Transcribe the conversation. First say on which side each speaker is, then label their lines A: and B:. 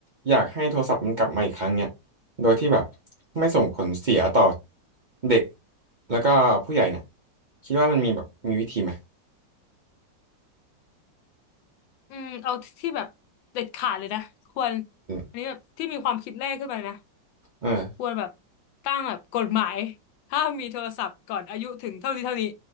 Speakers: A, on the right (about 50°); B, on the left (about 85°).
A: อยากให้โทรศัพท์มันกลับมาอีกครั้งเนี่ยโดยที่แบบไม่ส่งผลเสียต่อเด็กแล้วก็ผู้ใหญ่เนี่ยคิดว่ามันมีแบบมีวิธีไหม
B: อืมเอาที่แบบเด็ดขาดเลยนะควร
A: อืม
B: อันนี้แบบที่มีความคิดแรกขึ้นไปนะ
A: เออ
B: ควรแบบตั้งแบบกฎหมายห้ามมีโทรศัพท์ก่อนอายุถึงเท่านี้เท่านี้